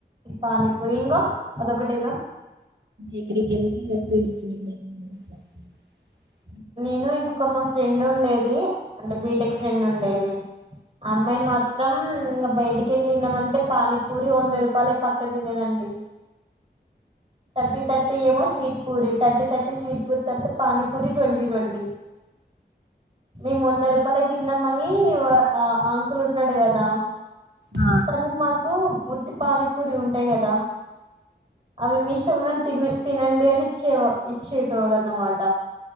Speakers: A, on the right; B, on the right.
A: పానీ పూరి ఇంగ అదొకటేనా
B: ఎక్కడికెల్నా <unintelligible> అ
A: నేను ఇంకొక మా ఫ్రెండ్ ఉండేది, అంటే బీటెక్ ఫ్రెండ్ ఉండే. ది ఆ అమ్మాయి మాత్రం ఇంగ బయటికెళ్ళి తిందామంటే పానీపూరి వంద రూపాయలే పక్క తినేదండి. థర్టీ థర్టీ ఏమో స్వీట్ పూరి. థటీ థర్టీ స్వీట్ పూరి తర్వాత పానీ పూరి ట్వంటీ ట్వంటీ, మేము వంద రూపాయలై తిన్నాంమని, ఆ అంకుల్ ఉంటడు కదా.
B: ఆ
A: తను మాకు ఉత్తి పానీపూరి ఉంటయి కదా అది మీ ఉన్నట్టు తిమ్ తినండి అని ఇచ్చేవ ఇచ్చేటోడన్నమాట.